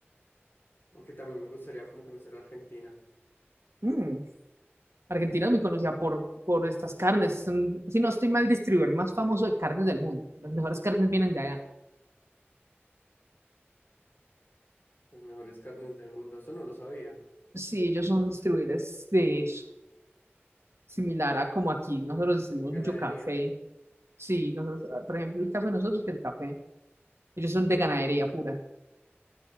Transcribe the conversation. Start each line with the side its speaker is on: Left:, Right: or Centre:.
Left: aunque también me gustaría como conocer Argentina,
Right: Mm. Argentina es muy conocida por, por estas carnes. Son, si no estoy mal, distribuidor más famoso de carnes del mundo. Las mejores carnes vienen de allá.
Left: las mejores carnes del mundo, eso no lo sabía.
Right: Sí, ellos son distribuidores de eso. Similar a como aquí, nosotros distribuimos
Left: Ganadería,
Right: mucho café. Sí, nosotros, por ejemplo, el caso de nosotros, que el café, ellos son de ganadería pura.